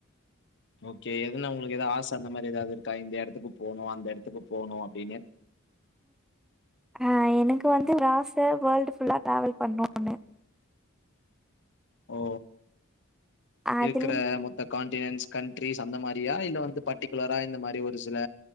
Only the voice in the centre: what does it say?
ஆஹ் எனக்கு வந்து ஒரு ஆசை வேல்டு் புல்லா டிராவல் பண்ணோன்னு
அதில்